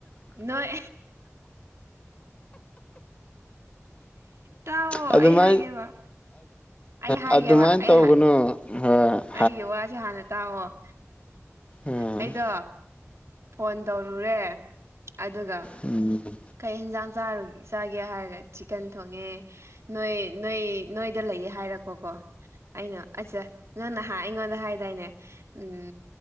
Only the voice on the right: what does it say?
ꯅꯣꯏ ꯇꯥꯎꯋꯣ
ꯑꯩ ꯍꯥꯏꯒꯦꯕ ꯑꯩ ꯍꯥꯏꯒꯦꯕ
ꯑꯩ
ꯑꯩꯒꯤ ꯋꯥꯖꯦ ꯍꯥꯟꯅ ꯇꯥꯎꯑꯣ
ꯑꯩꯗꯣ ꯐꯣꯟ ꯇꯧꯔꯨꯔꯦ ꯑꯗꯨꯒ
ꯀꯩ ꯍꯦꯟꯖꯥꯡ ꯆꯥꯔ ꯆꯥꯒꯦ ꯍꯥꯏꯔꯒ ꯆꯤꯛꯀꯟ ꯊꯣꯡꯉꯦ ꯅꯣꯏ ꯅꯣꯏ ꯅꯣꯏꯗ ꯂꯩꯌꯦ ꯍꯥꯏꯔꯛꯄꯀꯣ ꯑꯩꯅ ꯑꯁꯆꯥ ꯅꯪ ꯅꯍꯥꯟ ꯑꯩꯉꯣꯟꯗ ꯍꯥꯏꯗꯥꯏꯅꯦ ꯎꯝ